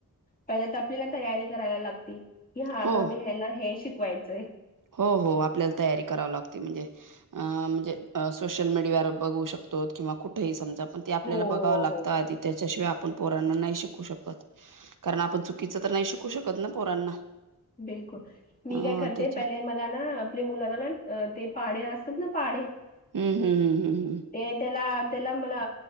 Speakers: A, on the left; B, on the right.
A: पहिल तर आपल्याला तयारी करायला लागत की हा आता
B: हो
A: आम्ही हला हे शिक वायचंय.
B: हो हो आपल्याला तयारी करावी लागते म्हणजे अ म्हणजे अ सोशल मीडिया र बघू शकतोत किंवा कुठेही समजा. पण ते आपल्याला
A: हो
B: बघावं
A: हो
B: लागत
A: हो
B: आधी त्याच्याशिवाय आप आपण पोरांना नाही शिकू शकत, कारण आपण चुकीचं तर नाही शिकू शकत ना पोरांना.
A: बिलकुल मी
B: अ
A: काय करते
B: त्याच्या
A: पहिले मला ना आपल्या मुलाला ना ते पाडे असतात ना पाडे
B: हम्म हम्म हम्म हम्म हम्म
A: ते त्याला त्याला मला